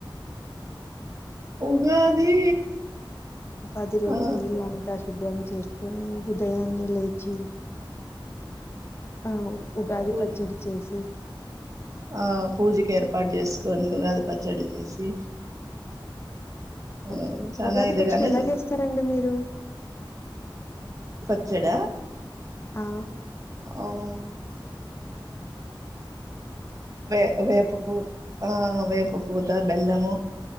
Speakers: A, on the right; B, on the left.
A: ఉగాది
B: ఉగాది రోజు
A: ఆ
B: ఇల్లంతా శుభ్రం చేసుకొని ఉదయాన్నే లేచి ఆ ఉగాది
A: పూజ
B: పచ్చడి చేసి
A: ఆ పూజకు ఏర్పాటు చేసుకొని ఉగాది పచ్చడి చేసి ఆ
B: ఓకే
A: చానా
B: ఉగాది
A: ఇదిగానే
B: పచ్చడి ఎలా చేస్తారండి మీరు
A: చ్చాడ
B: ఆ
A: ఆవును వే వేప పూత ఆ వేప పూత బెల్లము